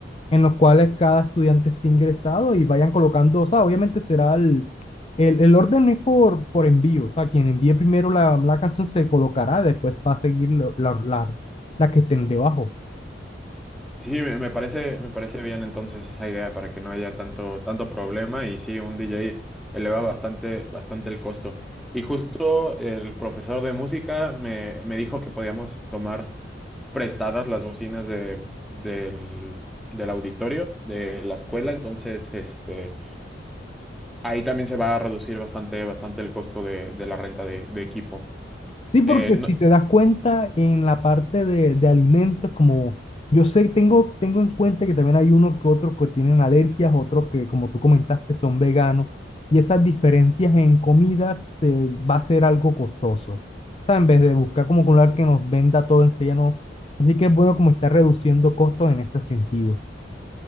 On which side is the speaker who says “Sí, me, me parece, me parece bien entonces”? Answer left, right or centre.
Centre